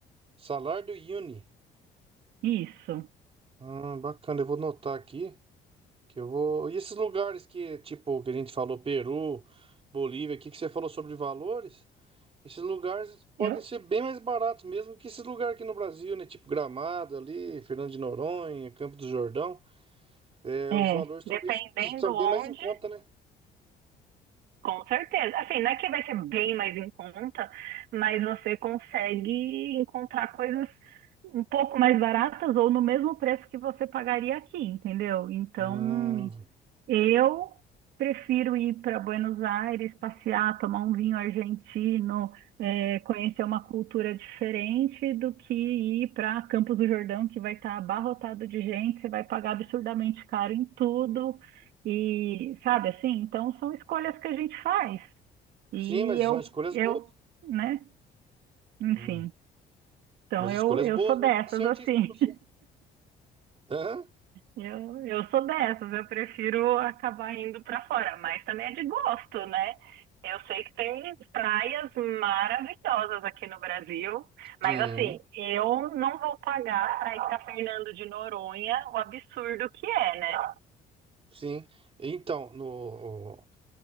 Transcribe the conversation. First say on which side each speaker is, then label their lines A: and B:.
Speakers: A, on the right (about 35°); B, on the right (about 80°).
A: Salar do Uyuni.
B: Isso.
A: Hum, bacana, eu vou notar aqui. Que eu vou... E esses lugares que, tipo, que a gente falou, Peru, Bolívia, aqui que você falou sobre valores, esses lugares podem
B: Eu,
A: ser bem mais baratos mesmo que esses lugares aqui no Brasil, né? Tipo Gramado ali, Fernando de Noronha, Campo do Jordão. É,
B: é,
A: os valores
B: Dependendo
A: talvez estão
B: onde,
A: bem mais em conta, né?
B: com certeza. Assim, não é que vai ser bem mais em conta, mas você consegue encontrar coisas um pouco mais baratas ou no mesmo preço que você pagaria aqui, entendeu? Então,
A: Hum,
B: Eu prefiro ir para Buenos Aires, passear, tomar um vinho argentino, é, conhecer uma cultura diferente do que ir para Campos do Jordão, que vai estar abarrotado de gente, você vai pagar absurdamente caro em tudo. E sabe assim? Então são escolhas que a gente faz. E
A: sim, mas
B: eu,
A: são escolhas
B: eu,
A: boas.
B: né? Enfim.
A: Uhum.
B: Então
A: Mas
B: eu,
A: escolhas
B: eu
A: boas,
B: sou
A: mesmo.
B: dessas
A: tá certíssimo
B: assim.
A: você. Hã?
B: Eu, eu sou dessas, eu prefiro acabar indo pra fora, mas também é de gosto, né? Eu sei que tem praias maravilhosas aqui no Brasil, mas
A: Sim,
B: assim, eu não vou pagar para ir pra Fernando de Noronha o absurdo que é, né?
A: sim. Então, no,